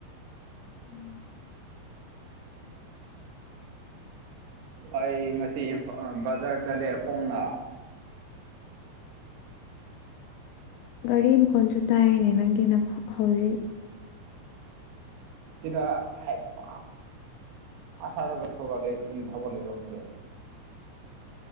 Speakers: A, on the left; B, on the right.
A: ꯎꯝ
B: ꯑꯩ ꯉꯁꯤ ꯏꯝꯐ ꯕꯖꯥꯔ ꯆꯠꯂꯦ ꯈꯣꯡꯅ
A: ꯒꯥꯔꯤ ꯃꯈꯣꯜꯁꯨ ꯇꯥꯏꯅꯦ ꯅꯪꯒꯤꯅ ꯍꯧꯖꯤꯛ
B: ꯁꯤꯗ ꯍꯥꯏ <unintelligible> ꯁꯥꯔꯒ ꯊꯧꯔꯛ ꯂꯦ ꯀꯔꯤ ꯊꯕꯛ ꯂꯩꯕ ꯈꯪꯗꯦ